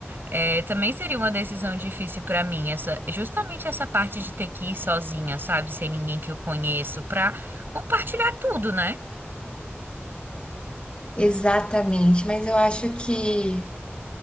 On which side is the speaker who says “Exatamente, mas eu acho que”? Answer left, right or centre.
Left